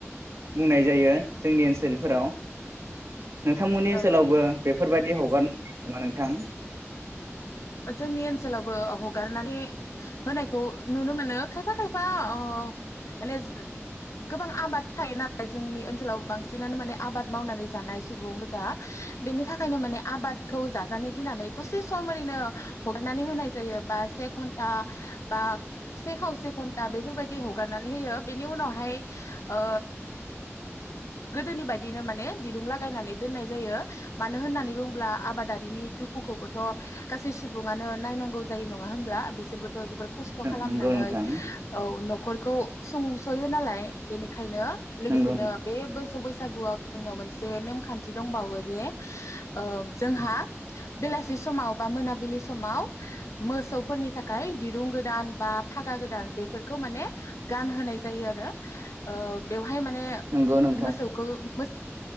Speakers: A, on the right; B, on the left.
A: बुंनाय जायो जोंनि ओनसोलफोराव नोंथांमोननि ओनसोलावबो
B: औ
A: बेफोरबाय बायदि हगारो नामा नोंथां?
B: ओ जोंनि ओनसोलावबो हगारनानै होनायखौ नुनो मोनो खायफा खायफा ओ माने जे गोबां आबाद थायोना जोंनि ओनसोलाव बांसिनानो माने आबाद मावनानै जानाय सुबुं गोजा बेनि थाखायनो माने आबादखौ जाजानो गिनानै दसे सम ओरैनो हगारनानै होनाय जायो बा से घन्टा बा से खावसे घन्टा बेफोरबायदि हगारनानै होयो बेनि उनावहाय ओ गोदोनि बायदिनो माने दिरुं लागायनानै दोननाय जायो मानो होननानै बुङोब्ला आबादारिनि दुखुखौबोथ' गासै सुबुङानो नायनांगौ जायो नङा होमब्ला बिसोरबो थ' जोबोर खस्थ' खालामनानै
A: नंगौ नोंथां
B: औ न' ख'रखौ सुंस'यो नालाय बेनिख खायनो लोगोसेनो
A: नंगौ
B: बे बोसौ बैस सागुआव जोंनाव मोनसे नेमखान्थि दंबावो जे ओ जोंहा बेलासि समाव बा मोनाबिलि समाव मोसौफोरनि थाखाय दिरुं गोदान बा फागा गोदान बेफोरखौ माने गानहोनाय जायो आरो ओ बेव हाय माने
A: नंगौ नोंथां
B: मोसौखौ मो